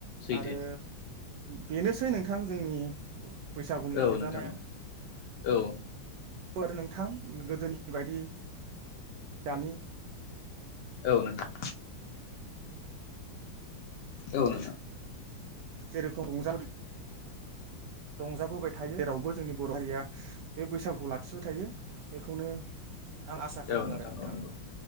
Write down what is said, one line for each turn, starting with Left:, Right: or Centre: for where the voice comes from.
Left: सैथो
Right: आरो बेनोसै नोंथां जोंनि बैसागुनि
Left: औ
Right: रंजानाया
Left: नोंथां औ
Right: ओ <unintelligible> नोंथां गोदोनि बायदि दानि
Left: औ नोंथां औ नोंथां।
Right: जेरेखम रंजा रंजाबोबाय थायो जेरावबो जोंनि बर' हारिया बे बैसागुखौ लाख खिबो थायो बेखौनो आं आसा खालामो
Left: औ
Right: आरो नोंथां।
Left: औ नंगौ